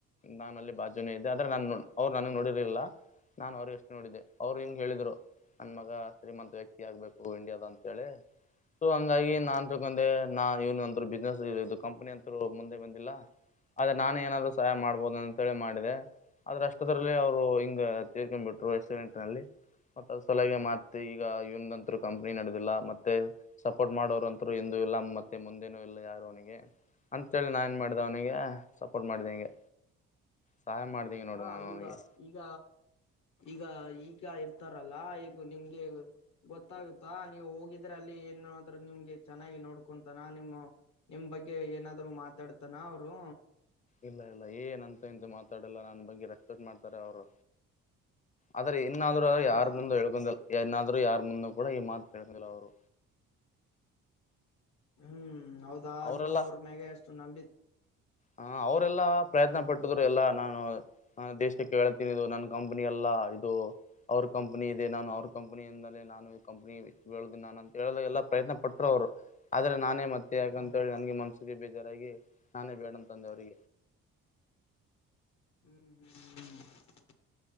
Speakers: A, on the left (about 25°); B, on the left (about 70°).
A: ನಾನ ಅಲ್ಲಿ ಬಾಜುನೇ ಇದದೆ ಆದ್ರೆ ನಾನ ಅವ್ರು ನನಗ್ ನೋಡಿರ್ಲಿಲ್ಲ ನಾನ್ ಅವ್ರಿಗೆಷ್ಟು ನೋಡಿದ್ದೆ ಅವ್ರು ಹೆಂಗ ಹೇಳಿದ್ರು ನನ್ ಮಗ ಶ್ರೀಮಂತ ವ್ಯಕ್ತಿ ಆಗ್ಬೇಕು ಇಂಡಿಯಾದ ಅಂಂತೇಳಿ ಸೊ ಹಂಗಾಗಿ ನಾನ್ ತಿಳ್ಕೊಂಡೆ ನಾ ಇವನ್ ಒಂತ ಬಿಸ್ನೆಸ್ ಇದು ಕಂಪನಿ ಅಂತರು ಮುಂದೆ ಬಂದಿಲ್ಲ ಅದೇ ನಾನು ಏನಾದರು ಸಹಾಯ ಮಾಡಬಹದ ಅಂತ ಹೇಳಿ ಮಾಡಿ <unintelligible> ಆದ್ರ ಅಷ್ಟ ತರಲ್ಲಿ ಅವ್ರು ಹಿಂಗ ತೀರ್ಕೊಡ್ ಬಿಟ್ರು ಎಸ್ವೆಂಟ್ ನಲ್ಲಿ ಮತ್ತ ಅದ್ ಸಲಗೆ ಮಾತ್ತಿ ಈಗ ಇವನ್ಂತರು ಕಂಪನಿ ನಡೆದಿಲ್ಲ ಮತ್ತೆ ಸಪೋರ್ಟ್ ಮಾಡೋರುಂತರು ಎಂದು ಇಲ್ಲ ಮತ್ತೆ ಮುಂದೇನು ಇಲ್ಲ ಯಾರು ಅವನಿಗೆ. ಅಂತೇಳಿ ನಾ ಎನ್ ಮಾಡ್ದೆ ಅವ್ನಿಗೆ ಸಪೋರ್ಟ್ ಮಾಡಿದೆ ಹಿಂಗೆ. ಸಹಾಯ ಮಾಡ್ದಿಂಗೆ ನೋಡು
B: ಹಾ
A: ನಾನು ಅವನಿಗೆ
B: ಈಗ ಈಗ ಈಗ ಈಗ ಇರ್ತಾರಲ್ಲ ಈಗ ನಿಮ್ಗೆ ಗೊತ್ತಾಗುತ್ತಾ ನೀವು ಹೋಗಿದ್ರೆ ಅಲ್ಲಿ ಏನು. <unintelligible> ರು ನಿಮ್ಗೆ ಚೆನ್ನಾಗಿ ನೋಡ್ಕೊತಾನ ನಿಮ್ಮ ನಿಮ್ ಬಗ್ಗೆ ಏನಾದ್ರು ಮಾತಾಡ್ತಾನ ಅವರು
A: ಇಲ್ಲ ಇಲ್ಲ ಏನ್ ಅಂತ ಅಂತೆ ಮಾತಾಡಲ್ಲ ನನ್ ಬಗ್ಗೆ ರೆಸ್ಪೆಕ್ಟ್ ಮಾಡ್ತಾರೆ ಅವರು. ಆದ್ರೆ ಇನ್ನಾದ್ರು ಆದ್ರರು
B: ಹೌದಾ
A: ಯಾರ ಮುಂದ ಎಳ್ಕಂದ ಇನ್ನಾದ್ರು ಯಾರ್ ಮುಂದ ಕೂಡ ಈ ಮಾತು ಹೆಳಕಿಲ್ಲ ಅವರು.
B: ಹ್ಮ್ ಹೌದಾ
A: ಅವರೆಲ್ಲ
B: ನೀವು ಅವ್ರ ಮ್ಯಾಗ ಅಷ್ಟು ನಂಬಿದ್
A: ಹ ಅವರೆಲ್ಲಾ ಪ್ರಯತ್ನ ಪಟ್ಟಿದ್ರು ಎಲ್ಲಾ ನಾನು ನ ದೇಶದುಕ್ಕೆ ಹಳತೀನು ನನ್ನ ಕಂಪನಿ ಅಲ್ಲ.. ಇದು ಅವ್ರ ಕಂಪ್ನಿ ಇದೆ ನಾನು ಅವ್ರ ಕಂಪ್ನಿ ಇಂದಲೇ ನಾನು ಕಂಪ್ನಿದ <unintelligible> ನಾನು ಅಂತ ಹೇಳ್ದೆ. ಎಲ್ಲ ಪ್ರಯತ್ನ ಪಟ್ಟರು ಅವ್ರು ಆದ್ರೆ ನಾನೇ ಮತ್ತೆ ಯಾಕಂತ
B: ಹ್ಮ್
A: ಹೇಳಿ ನನಗೆ ಮನಸ್ಸಿಗೆ ಬೇಜಾರಾಗಿ ನಾನೇ ಬೇಡ ಬಂಗಾರಿ.
B: ಹ್ಮ್ ಹ್ಮ್ ಹ್ಮ